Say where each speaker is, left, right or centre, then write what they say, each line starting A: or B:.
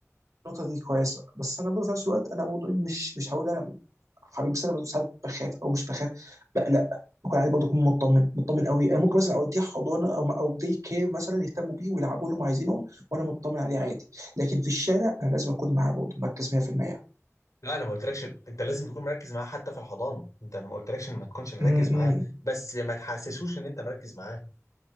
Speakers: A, on the right (about 90°); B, on the left (about 80°).
A: النقطه دي كويسه بس انا برضه في نفس الوقت انا برضه مش مش هقول انا حبيبي بس انا برضه ساعات بخاف او مش بخاف بقلق بكون عادي برضه اكون مطمن مطمن قوي انا ممكن مثلا اوديه حضانه او او دي كير مثلا يهتموا بيه ويلعبوا لهم عايزينهم وانا مطمن عليه عادي لكن في الشارع انا لازم اكون معاه برضه مركز 100%
B: لا انا ما قلتلكش انت لازم تكون مركز معاه حتى في الحضانه انت انا ما قلتلكش إن ما تكونش مركز
A: امم
B: معاه بس ما تحسسوش ان انت مركز معاه